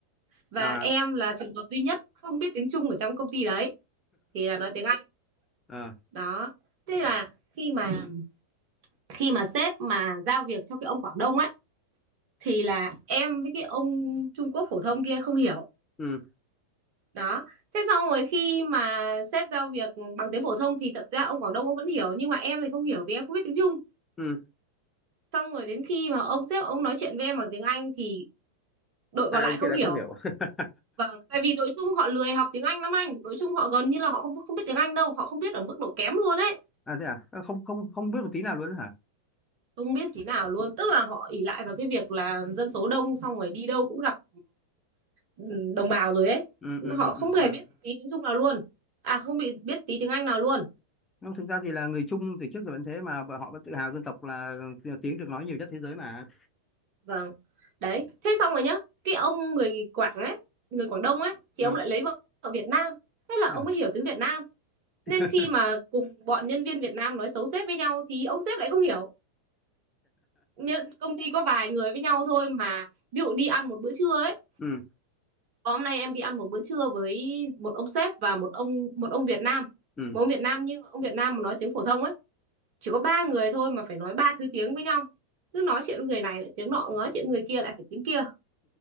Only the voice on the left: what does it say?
À
ờ
ừ
ừ.
Hai
ông
kia lại
không hiểu. <laughs>
À thế à? À, Không không không biết một tí nào luôn hả?
Ừ ừ
ừ
ừ.
ừ.
Không, thực ra thì là người Trung từ trước giờ vẫn thế mà và họ vẫn tự hào dân tộc là ờ, tiếng được nói nhiều nhất thế giới mà.
Ừ.
ừ
<laughs>
ừ.
ừ